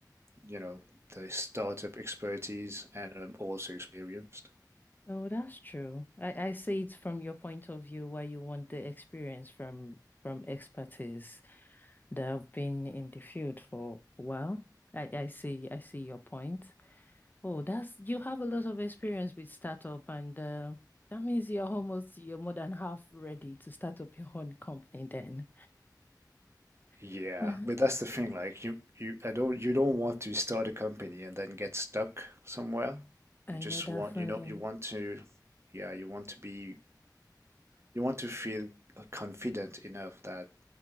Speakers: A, on the right; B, on the left.
A: you know, the startup expertise and I'm also experienced.
B: Oh, that's true. I, I see it from your point of view where you want the experience from from expertise. They have been in the field for a while. I, I see, I see your point. Oh, that's you have a lot of experience with startup, and uh, that means you're almost you're more than half ready to start up your own company then.
A: Yeah,
B: <laughs> uh
A: but that's the thing. Like you, you, I don't, you don't want to start a company and then get stuck somewhere.
B: I
A: You just
B: know that
A: want,
B: feeling.
A: you know, you want to, yeah, you want to be, you want to feel confident enough that